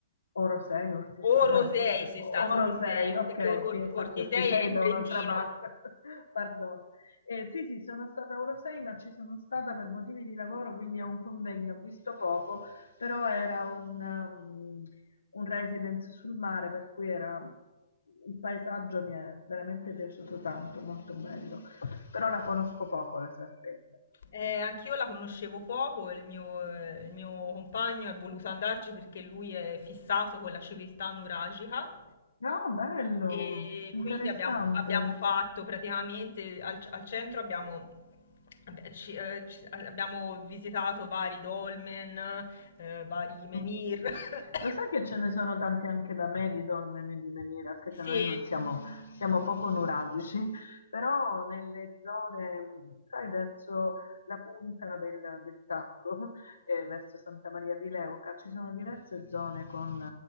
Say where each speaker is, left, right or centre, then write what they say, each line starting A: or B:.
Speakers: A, on the left; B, on the left.
A: Oro 6, Ortisei,
B: O
A: no,
B: Rosei
A: forse
B: sei
A: Oro
B: stato, Rosei,
A: 6, ok,
B: perché Or-
A: sì, infatti
B: Ortisei
A: Ortisei
B: è in
A: è da
B: Trentino.
A: un'altra parte, <laughs> pardon. Eh, sì, sì, sono stata a Oro 6, ma ci sono stata per motivi di lavoro, quindi a un convegno, ho visto poco, però era un, um, un residence sul mare, per cui era, il paesaggio mi è veramente piaciuto tanto, molto bello, però la conosco poco la Sardegna.
B: Eh, anch'io la conoscevo poco, il mio, eh, il mio compagno è voluto andarci perché lui è fissato con la civiltà nuragica
A: No, bello,
B: e
A: interessante.
B: quindi abbiamo, abbiamo fatto praticamente al, al centro abbiamo, vabbè, ci- eh, ci- abbiamo visitato vari dolmen, eh, vari menhir.
A: Mh-mh.
B: <coughs>
A: Lo sai che ce ne sono tanti anche da me di dolmeni e di meniere, anche
B: Sì,
A: se noi non siamo, siamo poco nuragici, però nelle zone, mh, sai, verso la punta del, del Tacco e verso Santa Maria di Leuca ci sono diverse zone con